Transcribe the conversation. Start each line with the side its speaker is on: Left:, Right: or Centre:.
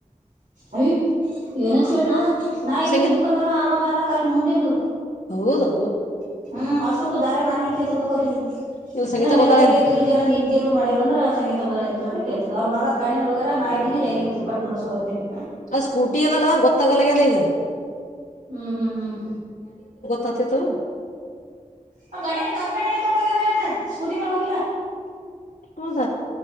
Right: ಅಯ ಏನಂತ ಕೇಳಲಿ ನ ನಾ ಇದೀನಿ
Left: ಸಂಗೀತ
Right: ದುಕಾನದಲ್ಲ ಆಮಲ್ಲ ಕಲಿ ಮುಂದಿಂದು
Left: ಹೌದು
Right: ಹ್ಮ್ ಅಷ್ಟಕ್ಕೂ ದಾರೆ ನಾ ಹೆಂಗ ಕೇಳತಿರ್ಬೇಕ ಅವ
Left: ಇಲ್ಲ ಸಂಗೀತ
Right: ಇನ್ನ ಮನ
Left: ಬಂದಾಳೇನ್
Right: ಬಳೇಕರೆ ಇದರು ಜರ ನಿ ಶೀರು ಮಾಡಿರ ಅಂದ್ರ ಸಂಗೀತಂತ ಕೇತದ್ರು ಬರದ ಗಾ ಮೇ ಹೋಗ್ಯ ನಾ ಇದೀನಿ ಇು ಕಟ್ಟ ಮಾಡ್ಕೊ ಹತಿನಿ
Left: ಅ ಸ್ಕೂಟಿ ಅದಲ್ಲ ಗೊತ್ತಾಗಲ್ಗದ ಈಗ
Right: ಹ್ಮ್ ಹ್ಮ್ ಹ್ಮ್
Left: ತೋತೆತು
Right: ಹ ಗಾಡಿನ ಕಂದ್ ಗಾಡಿನ ತೊಗೊಂಡಗನಾವ್ತ ಸ್ಕೂಟಿ ಮೇಲೆ ಹೋಗಿಲ್ಲ
Left: ಹೌದ